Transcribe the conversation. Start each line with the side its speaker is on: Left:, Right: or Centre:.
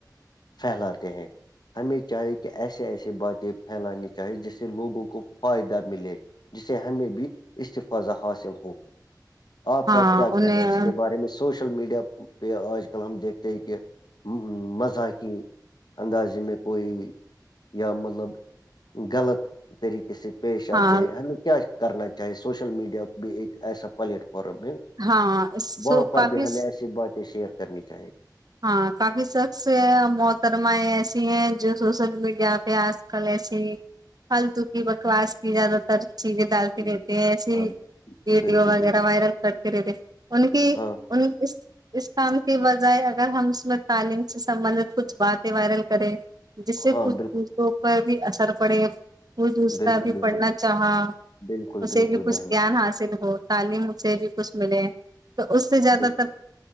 Left: پھیلاتے ہیں ہمیں چاہیے کہ ایسے ایسیے باتیں پھیلانی چاہی جس سے لوگوں کو فائدہ ملے جسے ہمیں بھی استفاظہ حاصل ہو آپ
Right: ہاں
Left: کا کیا کہنا
Right: انہیں
Left: ہے اس کے بارے میں سوشل میڈیا پہ آج کل ہم دیکھتے ہیں کہ مذا کیی اندازے میں کوئی یا مطلب غلط طریقے سے پیش آتے
Right: ہاں
Left: ہیں ہمیں کیا کرنا چاہیے سوشل میڈیا بھی ایک ایسا پلیٹ فارم ہے
Right: ہاں سو
Left: وہاں پر
Right: کافی
Left: بھی ہمیں ایسی باتیں شیئر کرنی چاہیے
Right: ہاں کافی سخص محترمائیں ایسی ہیں جو سوشل میڈیا پہ آج کل ایسی پلتو کی بکواس کی زیادہ تر چیزیں ڈالتی
Left: ہوں،
Right: رہتی ہیں ایسی
Left: ہاں
Right: ویڈیو
Left: بالکل
Right: وغیرہ
Left: بالکل
Right: وائرل کرتی رہتے ان کی
Left: ہاں
Right: ان اس اس کام کی بجائے اگر ہم اس میں تعلیم سے سبندت کچھ باتیں وائرل کریں جس سے
Left: ہاں
Right: کچھ
Left: بالکل
Right: دوسروں پر بھی اثر پڑے کو دوسرا
Left: بالکل
Right: بھی
Left: بالکل
Right: پڑھنا چاہا
Left: بالکل
Right: اسے
Left: بالکل
Right: بھی کچھ
Left: بہنا
Right: گیان حاصل ہو تعلیم سے بھی کچھ ملے ہیں تو اس سے زیادہ
Left: بالکل
Right: تر